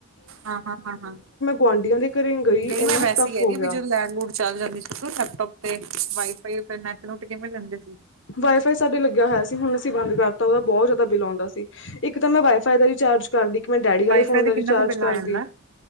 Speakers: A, on the right (about 80°); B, on the left (about 60°).
A: ਹਾਂ ਹਾਂ ਹਾਂ ਹਾਂ,
B: ਗੁਆਂਢੀਆਂ ਦੇ ਘਰੇ ਗਈ
A: ਨਹੀਂ
B: ਇੰਨਾ
A: ਨਾ ਵੈਸੇ
B: ਟਫ
A: ਹੀ
B: ਹੋ
A: ਕਦੀ
B: ਗਿਆ
A: ਵੀ ਜਦੋਂ ਲੈਡ ਲੋੋਡ ਚੱਲ ਜਾਂਦੀ ਸੀ ਲੈਪਟੋਪ ਤੇ, ਵਾਈਫਾਈ ਤੇ ਨੈਟ ਨੂੱਟ ਕਿਵੇਂ ਲੈਂਦੇ ਸੀ।
B: ਵਾਈਫਾਈ ਸਾਡੇ ਲੱਗਿਆ ਹੋਇਆ ਸੀ ਹੁਣ ਅਸੀਂ ਬੰਦ ਕਰਤਾ ਉਹਦਾ ਬਹੁਤ ਜ਼ਿਆਦਾ ਬਿੱਲ ਆਉਂਦਾ ਸੀ। ਇੱਕ ਤਾਂ ਮੈਂ ਵਾਈਫਾਈ ਦਾ ਰਿਚਾਰਜ ਕਰਦੀ, ਇੱਕ ਮੈਂ ਡੈਡੀ ਵਾਲੇ
A: ਵਾਈਫਾਈ
B: ਫੋਨ
A: ਤੇ
B: ਦਾ
A: ਕਿੰਨਾ
B: ਰਿਚਾਰਜ
A: ਕੁ ਬਿੱਲ ਆ
B: ਕਰਦੀ।
A: ਜਾਂਦਾ